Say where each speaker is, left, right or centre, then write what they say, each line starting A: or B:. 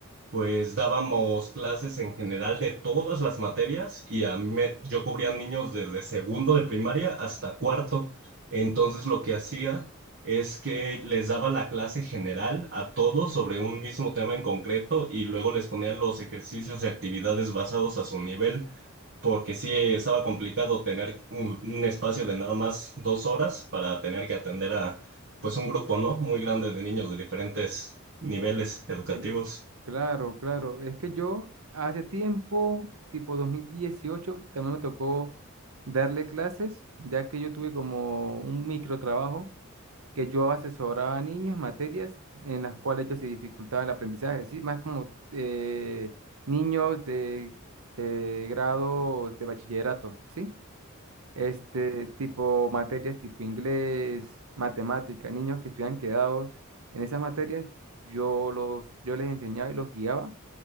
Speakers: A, on the right (about 55°); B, on the right (about 80°).
A: pues dábamos clases en general de todas las materias y a mí me, yo cubría niños desde segundo de primaria hasta cuarto. Entonces lo que hacía es que les daba la clase general a todos sobre un mismo tema en concreto y luego les ponían los ejercicios y actividades basados a su nivel, porque sí estaba complicado tener un, un espacio de nada más dos horas para tener que atender a pues un grupo, ¿no? Muy grande de niños de diferentes niveles educativos.
B: <laughs> Claro, claro. Es que yo hace tiempo, tipo 2018 también me tocó darle clases, ya que yo tuve como un microtrabajo que yo asesoraba a niños en materias en las cuales ellos se dificultaba el aprendizaje, ¿sí? Más como eh, niños de eh, grado de bachillerato, ¿sí? Este tipo materias tipo inglés, matemática, niños que estuvieran quedados en esas materias, yo los, yo les enseñaba y los guiaba